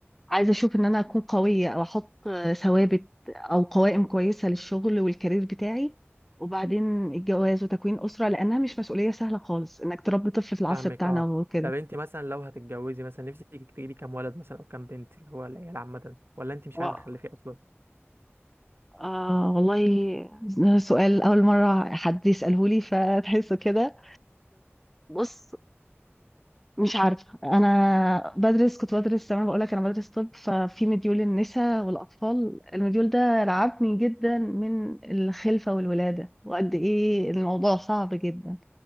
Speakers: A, in the centre; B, on the right (about 55°).
A: عايزه اشوف ان انا اكون قويه او احط ثوابت او قوائم كويسه للشغل والكارير بتاعي وبعدين الجواز وتكوين اسره لانها مش مسؤوليه سهله خالص انك تربي طفل في العصر
B: فاهمك
A: بتاعنا
B: اه
A: وكده
B: طب انت مثلا لو هتتجوزي مثلا نفسك تجيبي كام ولد مثلا او كام بنت اللي هو العيال عامه ولا انت مش
A: و-
B: عايزه تخلفي اصلا
A: آه والله ده سؤال اول مره حد يساله لي فتحسه كده بص مش عارفة أنا بدرس كنت بدرس زي ما بقولك أنا بدرس طب ففي مديول النساء والأطفال المديول ده رعبني جدا من الخلفة والولادة وقد إيه الموضوع صعب جدا